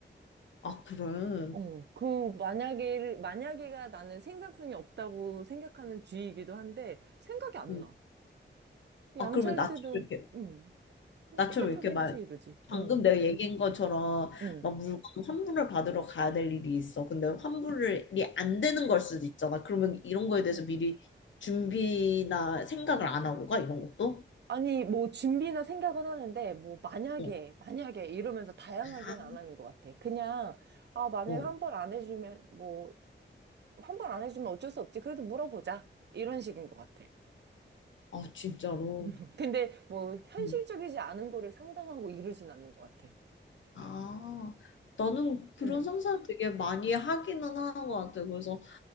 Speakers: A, on the left (about 75°); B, on the right (about 60°).
A: 아, 그래.
B: 어, 그, 만약에, 만약에가 나는 생산성이 없다고 생각하는 주의이기도 한데, 생각이 안
A: 어,
B: 나. 양치할
A: 아, 그러면 나처럼
B: 때도,
A: 이렇게,
B: 음, 그냥
A: 나처럼
B: 깨끗하게
A: 이렇게
B: 해야지,
A: 막,
B: 이러지.
A: 방금
B: 음,
A: 내가 얘기한 것처럼,
B: 음.
A: 막 물건 환불을 받으러 가야 될 일이 있어. 근데 환불이 안 되는 걸 수도 있잖아. 그러면 이런 거에 대해서
B: 어.
A: 미리 준비나 생각을 안 하고 가, 이런 것도?
B: 아니, 뭐, 준비나 생각은 하는데, 뭐, 만약에,
A: 어,
B: 만약에, 이러면서 다양하게는
A: 아,
B: 안 하는 것 같아. 그냥, 아, 만약에
A: 어.
B: 한 번 안 해주면, 뭐, 한 번 안 해주면 어쩔 수 없지. 그래도 물어보자. 이런 식인 것 같아.
A: 아, 진짜로.
B: <laughs> 근데, 뭐, 현실적이지
A: 음.
B: 않은 거를 상상하고 이러진 않는 것 같아.
A: 아, 나는 그런
B: 응.
A: 상상을 되게 많이 하기는 하는 것 같아. 그래서,